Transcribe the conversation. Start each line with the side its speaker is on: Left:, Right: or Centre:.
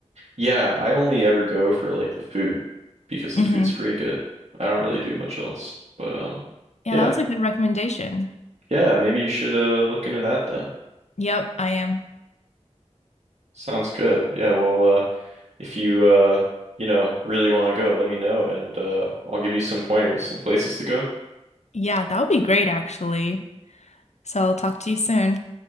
Right: Yeah, I only ever go for like the food because
Left: hmm
Right: the food's pretty good. I don't really do much else. But um,
Left: Yeah,
Right: yeah,
Left: that was a good recommendation.
Right: yeah, maybe you should uh look into that then.
Left: Yep, I am.
Right: Sounds good. Yeah, well, uh, if you uh, you know, really want to go, let me know and uh, I'll give you some pointers, some places to go.
Left: Yeah, that would be great actually. So I'll talk to you soon.